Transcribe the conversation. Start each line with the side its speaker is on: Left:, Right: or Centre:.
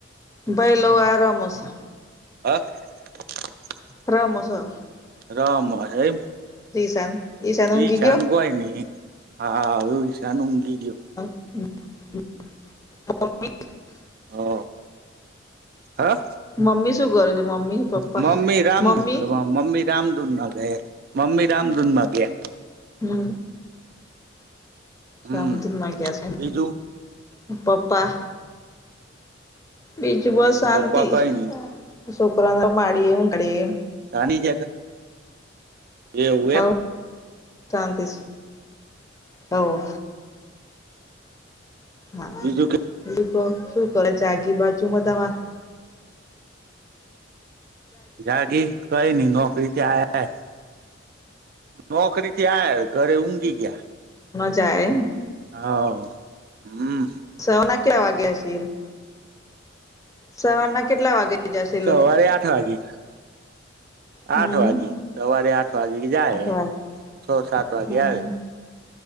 Left: ભાઈલો આરામમાં છે
Right: હા <unintelligible>
Left: રમે છે.
Right: રમે હે એમ
Left: <inaudible> ઊંઘી
Right: ઇશાન
Left: ગયો
Right: કોય નઈ હા એવું ઈશાન ઊંઘી ગયો
Left: <inaudible>
Right: હા હા
Left: મમ્મી શું કરે છે મમ્મી પપ્પા
Right: મમ્મી રામધૂન
Left: મમ્મી
Right: કરવા મમ્મી રામધૂનમાં ગયે મમ્મી રામધૂનમાં ગયા
Left: હા
Right: હમ
Left: રામધૂનમાં ગયા છે એમ
Right: બીજું
Left: અ પપ્પા બીજુ બીજુ બસ શાંતિ
Right: પપ્પા કઈ નઈ
Left: છોકરાઓ ને તો મારીને ઊંઘાડીયે
Right: સાની <inaudible> એવું એમ
Left: હવ શાંતિ છે હવ હા
Right: બીજું કે
Left: બીજુ શું કરે જાગી બાજુમાં તમારે
Right: જાગી કઈ નહી નોકરીથી આયા નોકરી થી આયા ઘરે ઊંઘી ગયા
Left: આયા એમ
Right: હવ હમ
Left: સવારના કેટલા વાગ્યા જાએ એ સવારના કેટલા વાગે જશે એ
Right: સવારે
Left: લોકો
Right: આઠ વાગે
Left: હમ
Right: આઠ વાગે સવારે આઠ વાગે જાય
Left: આઠ વાગે
Right: છ સાત વાગે
Left: હમ
Right: આવે